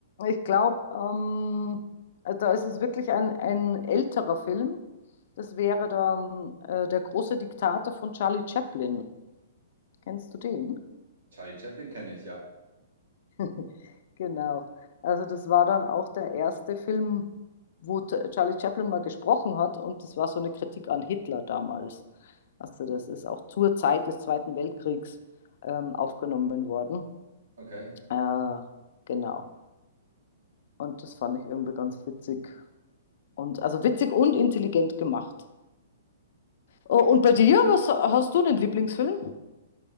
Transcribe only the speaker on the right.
Charlie Chaplin kenne ich, ja.
Okay.